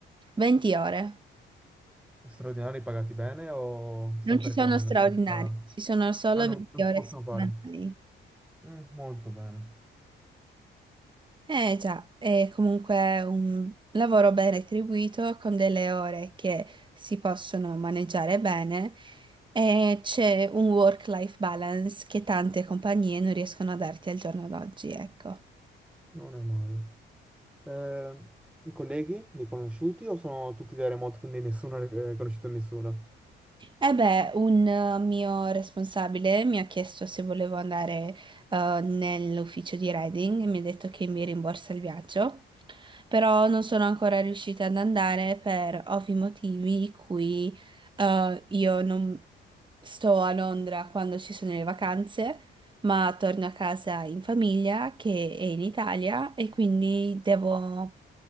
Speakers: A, on the right; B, in the centre.
A: 20 ore.
B: Straordinari pagati bene o sempre
A: Non ci sono
B: con
A: straordinari,
B: la stessa...
A: ci sono solo
B: Ah, no,
A: 20
B: non
A: ore
B: si possono
A: settimanali.
B: fare. Mm, molto bene.
A: Eh già, è comunque un lavoro ben retribuito con delle ore che si possono maneggiare bene e c'è un work-life balance che tante compagnie non riescono a darti al giorno d'oggi, ecco.
B: Non è male. Eh, i colleghi li hai conosciuti o sono tutti da remoto, quindi nessuno ha riconosciuto nessuno?
A: Eh beh, un eh, mio responsabile mi ha chiesto se volevo andare eh, nell'ufficio di Reading e mi ha detto che mi rimborsa il viaggio, però non sono ancora riuscita ad andare per ovvi motivi, in cui eh, io non sto a Londra quando ci sono le vacanze, ma torno a casa in famiglia che è in Italia e quindi devo